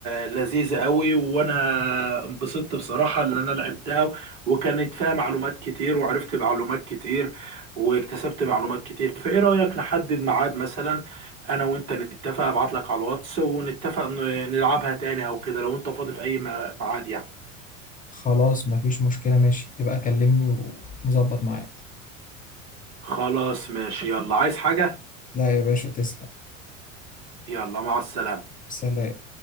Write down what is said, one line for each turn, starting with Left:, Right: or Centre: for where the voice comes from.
Right: لذيذة قوي وانا انبسطت بصراحة ان انا لعبتها وكانت فيها معلومات كتير وعرفت معلومات كتير واكتسبت معلومات كتير فايه رأيك نحدد ميعاد مثلا انا وانت نتفق ابعت لك على الواتس ونتفق ن- نلعبها تاني او كده لو انت فاضي في اي م- ميعاد يعني
Left: خلاص مفيش مشكلة ماشي يبقى كلمني ونظبط معاك
Right: خلاص ماشي يلا عايز حاجة
Left: لا يا باشا تسلم
Right: يلا مع السلامة
Left: سلام